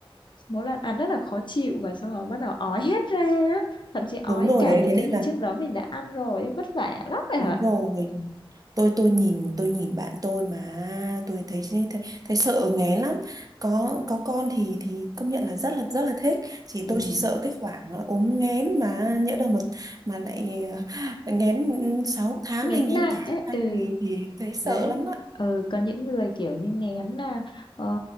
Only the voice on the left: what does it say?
mỗi lần ăn rất là khó chịu và xong rồi bắt đầu ói hết ra á. thậm chí ói
cả
những
cái
gì
trước đó mình đã ăn rồi ấy, vất vả lắm rồi
ạ
ừ.
ừ.
nghén
nặng
ấy
ừ
đấy
ừ có những người kiểu như nghén là ờ,